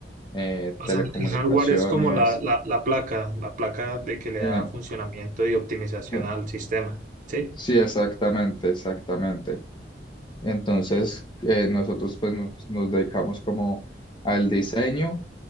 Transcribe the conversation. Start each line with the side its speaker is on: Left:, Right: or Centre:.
Left: eh,
Right: O
Left: telecomunicaciones.
Right: sea, el hardware es como la, la, la placa, la placa de que le
Left: Eh,
Right: da funcionamiento y optimización
Left: eh,
Right: al sistema, ¿sí?
Left: sí, exactamente, exactamente. Entonces, eh, nosotros pues nos, nos dedicamos como al diseño,